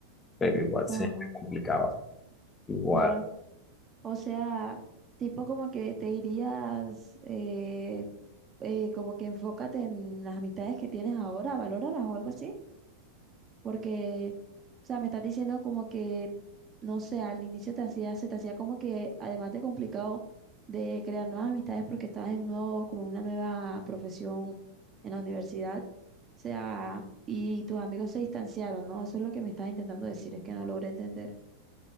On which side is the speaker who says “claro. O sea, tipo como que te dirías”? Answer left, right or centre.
Right